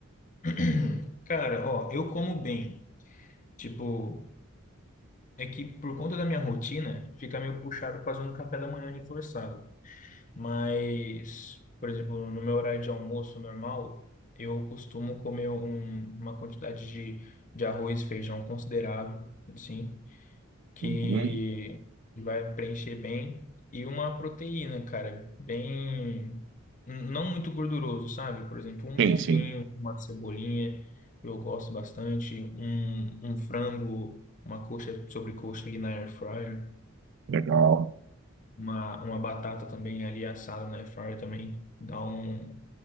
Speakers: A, on the left (about 35°); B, on the right (about 55°).
A: <clears throat> Cara, ó, eu como bem. Tipo, é que por conta da minha rotina, fica meio puxado fazer um café da manhã reforçado. Mas, por exemplo, no meu horário de almoço normal, eu costumo comer um- uma quantidade de, de arroz e feijão considerável, assim, que
B: Uhum.
A: vai preencher bem. E uma proteína, cara, bem. n- Não muito gorduroso, sabe? Por exemplo, um
B: Sim,
A: bifinho,
B: sim.
A: uma cebolinha, eu gosto bastante. Um, um frango, uma coxa sobre coxa ali na air fryer
B: Legal.
A: uma, uma batata também ali assada na air fryer também dá um,